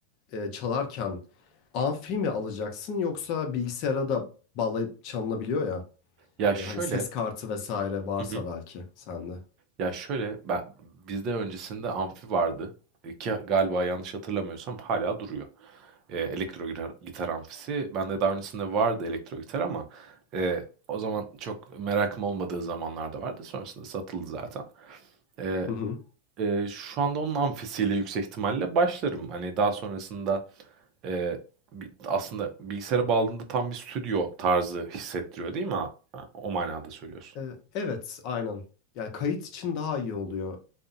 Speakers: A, on the left; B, on the right.
A: e, çalarken amfi mi alacaksın yoksa bilgisayara da bağlayıp çalınabiliyor ya.
B: Ya, şöyle
A: Böyle hani ses kartı vesaire varsa
B: Hı hı.
A: belki sende.
B: Ya, şöyle, ben bizde öncesinde amfi vardı, eee, ki galiba yanlış hatırlamıyorsam hala duruyor. Eee, elektro gitar gitar amfisi. Bende daha öncesinde vardı elektro gitar ama, eee, o zaman çok merakım olmadığı zamanlarda vardı. Sonrasında satıldı zaten. Eee,
A: Hı hı.
B: eee, şu anda onun amfisiyle yüksek ihtimalle başlarım. Hani daha sonrasında eee, bi- aslında bilgisayara bağladığında tam bir stüdyo tarzı hissettiriyor değil mi? Ha, ha, O manada söylüyorsun.
A: Ee, evet, aynen. Yani kayıt için daha iyi oluyor.